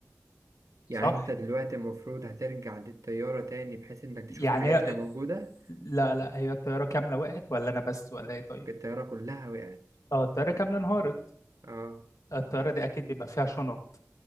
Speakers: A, on the left (about 80°); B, on the right (about 75°).
A: صح؟
B: يعني أنت دلوقتي المفروض هترجع للطيارة تاني بحيث إنك
A: يعني
B: تشوف الحاجات
A: هي
B: اللي موجودة
A: لا لا هي الطيارة كاملة وقعت ولا أنا بس ولا إيه طيب؟
B: الطيارة كلها وقعت
A: اه الطيارة كاملة انهارت
B: أه
A: الطيارة دي أكيد بيبقى فيها شنط